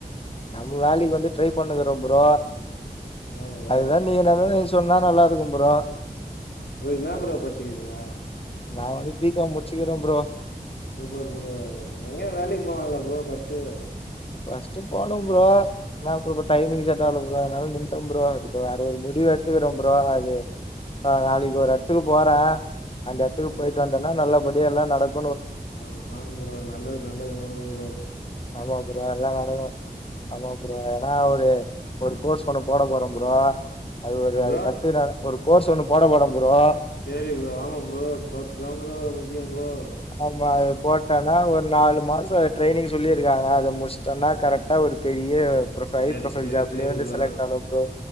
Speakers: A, on the left; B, on the left.
A: நம்ம வேலைக்கு வந்து ட்ரை பண்ணு இருக்குற ப்ரோ
B: என்ன ப்ரோ?
A: அதுதா நீ எதது சொன்னா நல்லா இருக்கு ப்ரோ
B: ப்ரோ என்ன ப்ரோ படிச்சு இருக்கீங்க
A: நா வந்து இப்ப பிக் காம் முடிச்சிருக்கே ப்ரோ
B: சூப்பர் ப்ரோ எங்க வேலைக்கு போலாங்களல ப்ரோ ஃபர்ஸ்ட்
A: ஃபர்ஸ்ட் போனு ப்ரோ ஏனா அப் டைமிங் செட் ஆகல ப்ரோ அதனால நின்னுட்டே ப்ரோ இப்ப வேற முடிவ் வு எடுத்துக்கூற ப்ரோ அது ஆ நாளைக்கு ஒரு இடத்துக்கு போற அந்த இடத்துக்கு
B: ஆமா
A: போயிட்டு
B: ப்ரோ.
A: வந்துட்டனா நல்லபடிய எல்லா நடக்கு
B: ஆ ஆமா ப்ரோ நல்லது நல்லது நடக்கு ப்ரோ
A: ஆமா ப்ரோ எல்லா நடக்கு ஆமா ப்ரோ ஏன்னா ஒரு ஒரு கோர்ஸ் ஒண்ணு போட போற ப்ரோ அது ஒரு
B: என்ன ப்ரோ?
A: அது கத்து ஒரு கோர்ஸ் ஒண்ணு போட போற ப்ரோ
B: சரி ப்ரோ ஆமா ப்ரோ கோர்ஷ் தா ப்ரோ முக்கியம் ப்ரோ
A: அது போட்டன்னா ஒரு நாலு மாசம் ட்ரைனிங் சொல்லியிருக்காங்க அத முடிச்சிட்டன்னா கரெக்டா ஒரு பெரிய ப்ரொபைல் ஹை
B: சரி,
A: ப்ரொபைல்
B: சரி,
A: ஜாப்லே
B: சரி
A: வந்து
B: ப்ரோ.
A: செலக்ட் ஆகலா ப்ரோ